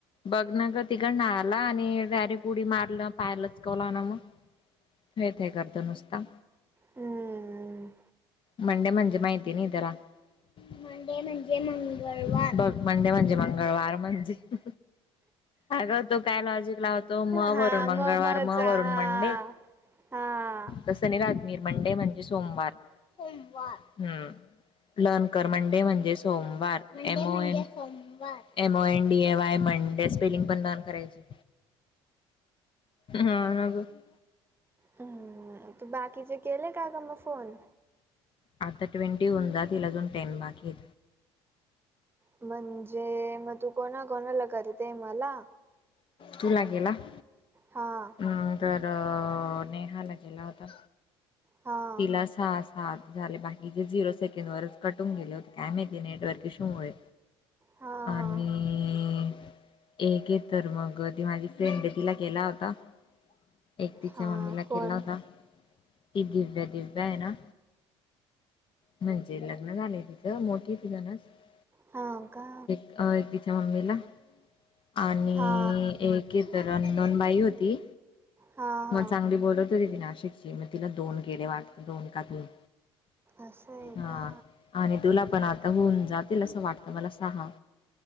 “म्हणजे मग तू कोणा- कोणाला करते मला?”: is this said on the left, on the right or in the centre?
Right